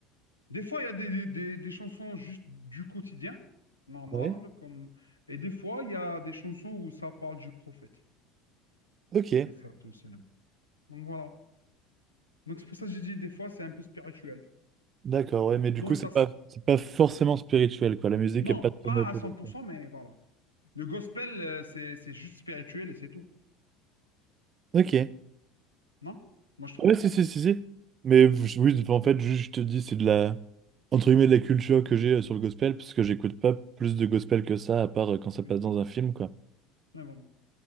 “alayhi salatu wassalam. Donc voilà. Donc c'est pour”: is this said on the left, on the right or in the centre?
Left